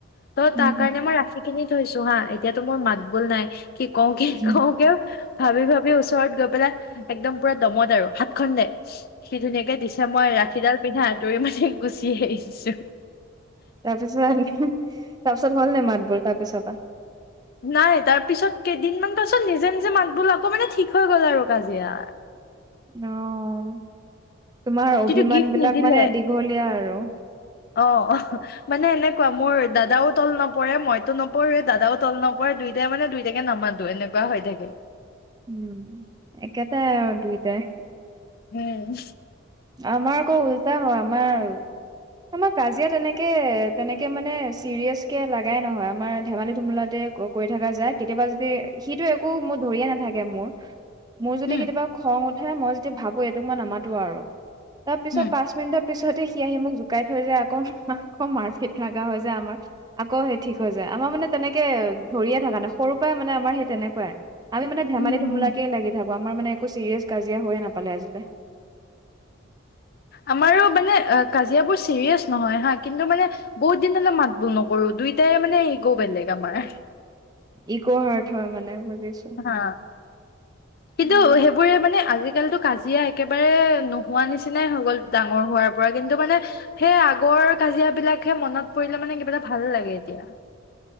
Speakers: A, on the left; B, on the right.
A: তহঁ
B: উম,
A: তাৰ কাৰণে মই ৰাখি খিনি থৈছো হাঁ। এতিয়াতো মোৰ মাত বোল নাই। কি কওঁ কি?
B: হুম।
A: কওঁ কিয়, ভাবি ভাবি। ওচৰত গৈ পেলাই একদম পুৰা, দমত আৰু হাত খ দে সি ধুনীয়াক। দিছে মই ৰাখীডাল পিন্ধা। তে মজি গুচি আহিছো।
B: তাৰপিছত তাৰপিছত হ'ল ন মাতবোৰ তাৰ পিছত।
A: নাই তাৰ পিছত কেইদিনমান পাছত নিজে নিজে মাত বোল আকৌ মানে ঠিক হৈ গ'ল আৰু কাজিয়া।
B: আহ। তোমাৰ
A: কিন্তু
B: অভিমান
A: গিফ্ট
B: বিলাক
A: নিদিলে
B: মানে দীঘলীয়া আৰু।
A: অ', মানে এনেকুৱা মোৰ দাদাও তল নপৰে মইতো নপৰোৱে দাদাও তল নপৰে দুইটাই মানে দুইটাকে নামাতো এনেকুৱা হৈ থাকে।
B: উম একেটাই দুইটাই।
A: উম।
B: আমাৰ আকৌ উল্টা হয় আমাৰ আমাৰ, কাজিয়া তেনেকে তেনেকে মানে চিৰিয়াছকে লাগাই নহয় আমাৰ ধেমালি ধুমলাতে কৰি থকা যায় কেতিয়াবা যদি সিটো একো ম ধৰিয়ে নাথাকে মোৰ। মোৰ যদি
A: হম,
B: কেতিয়াবা খং। তথে মই যতিদি ভাবো এইটোক মই নামাতো আৰু। তাৰ পিছত
A: হম,
B: পাঁচ মিনিটৰ পিছতে। আহি মোক জোকাই থৈ যায় আকৌ, আকৌ মাৰপিট লগা হৈ যায় আমাৰ আকৌ সেই ঠিক হৈ যায় আমাৰ মানে তেনেকে ধৰিয়ে থকা নাই সৰুৰ পৰাই মানে আমাৰ সেই তেনেকুৱাই। আমি মান ধমি
A: হম, হম,
B: ধুমলাকে লাগি থাকো আমাৰানে। একো ছিৰিয়েছ কাজিয়া হৈয়ে নাপালে আজিলে।
A: আমাৰো মানে কাজিয়াবোৰ চিৰিয়াছ নহয় হা কিন্তু মানে বহুত দিন হলে মাত বোল নকৰো দুইটাই মানে ইগ বেলেগ আমাৰ।
B: ইকো হাৰ্ট হয় মানে। বুজিছো।
A: হা, কিন্তু
B: উম,
A: সেইবোৰে মানে আজল। আজিকালিতো কাজিয়া একেবাৰে নোহোৱা নিচিনাই হৈ গ'ল ডাঙৰ হোৱাৰ পৰা কিন্তু মানে, সেই আগৰ কাজিয়া বিলাকহে মনত পৰিলে মানে কিবা এটা ভাল লাগে এতিয়া।